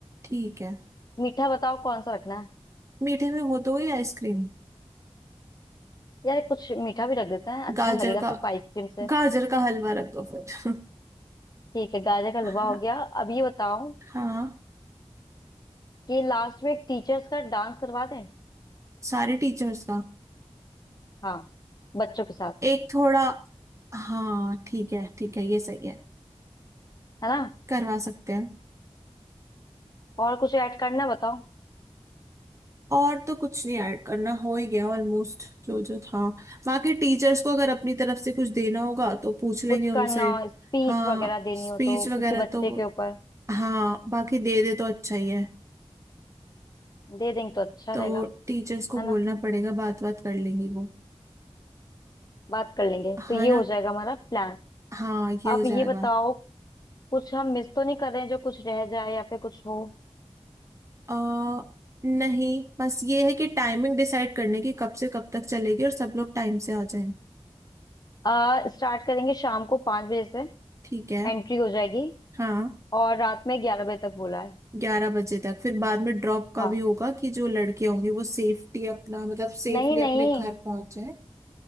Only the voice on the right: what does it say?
ठीक है
मीठे में हो तो गई आइसक्रीम
गाजर
का
गाजर का हलवा रख दो फिर
<laughs> हाँ
हाँ
सारे टीचर्स का
एक थोड़ा हाँ ठीक है ठीक है ये सही है
करवा सकते हैं
और तो कुछ नहीं ऐड करना हो ही गया ऑलमोस्ट जो जो था बाकी टीचर्स को अगर अपनी तरफ से कुछ देना होगा तो पूछ लेंगे
उनसे
हाँ
स्पीच
वगैरह
तो
हाँ बाकी दे दे तो अच्छा ही है
तो
टीचर्स को
बोलना
पड़ेगा बात बात कर लेंगी वो
हाँ
ना
हाँ ये हो
जाएगा
आ, नहीं बस ये है कि टाइमिंग डिसाइड करने की कब से कब तक चलेगी और सब लोग टाइम से आ जाएं
ठीक है
हाँ
ग्यारह बजे तक फिर बाद में ड्रॉप का
भी होगा कि जो लड़कियां होंगी वो सेफ्टी अपना मतलब सेफली
अपने घर पहुंच जाए